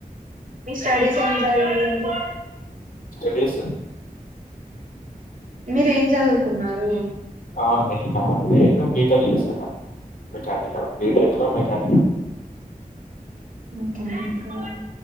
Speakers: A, on the right (about 60°); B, on the left (about 70°).
A: మీ స్టడీస్ ఎం చదివీరు అండి
B: స్టడీస్
A: మీర్ ఏం చదువుకున్నారు
B: ఆ నేనా నేను బీటెక్ చేశా మెకానికల్ బీటెక్లో మెకానికల్
A: ఒకే ఇంకా